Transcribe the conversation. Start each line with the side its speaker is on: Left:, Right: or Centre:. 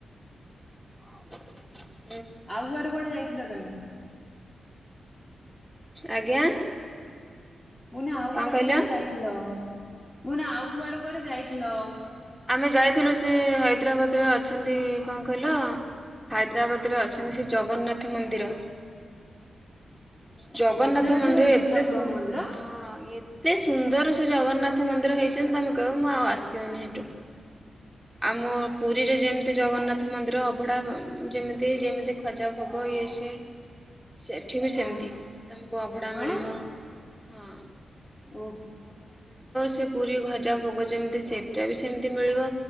Centre: <inaudible>
Left: ଆଉ କୁଆଡେ କୁଆଡେ ଯାଇଥିଲ ତେମେ?
Centre: ଆଜ୍ଞା
Left: ମୁୁନା ଆଉ
Centre: କଣ
Left: କୁଆଡେ
Centre: କହିଲ?
Left: କୁଆଡେ ଯାଇଥିଲ? ମୁଁନା ଆଉ କୁଆଡେ କୁଆଡେ ଯାଇଥିଲ?
Centre: ଆମେ ଯାଇଥିଲୁ ସେ ହାଇଦ୍ରାବାଦ ରେ ଅଛନ୍ତି କଣ କହିଲ ହାଇଦ୍ରାବାଦ ରେ ଅଛନ୍ତି ସେ ଜଗନ୍ନାଥ ମନ୍ଦିର ଜଗନ୍ନାଥ
Left: ହାଇଦ୍ରାବାଦରେ
Centre: ମନ୍ଦିର
Left: ବି ଅଛନ୍ତି
Centre: ଏତେ
Left: ଠାକୁରଙ୍କ
Centre: ସୁ
Left: ମନ୍ଦିର?
Centre: ହଁ ଏତେ ସୁନ୍ଦର ଜଗନ୍ନାଥ ମନ୍ଦିର ହେଇଛନ୍ତି ତମେ କହିବ ମୁଁ ଆଉ ଆସିବିନି ହେଠୁ ଆମ ପୁରୀରେ ଯେମିତି ଜଗନ୍ନାଥ ମନ୍ଦିର ଅଭଢ଼ା ଯେମିତି ଯେମିତି ଖଜା ଭୋଗ ଇଏ ସିଏ ସେଠି ବି ସେମି
Left: ଅ
Centre: ତି ତମକୁ ଅଭଢା
Left: ହଁ
Centre: ମିଳିବ ହଁ
Left: ଓହୋ
Centre: ସେ ପୁରୀ ଭଜା ଭୋଗ ଯେମିତି ସେଟା ବି ସେମିତି ମିଳିବ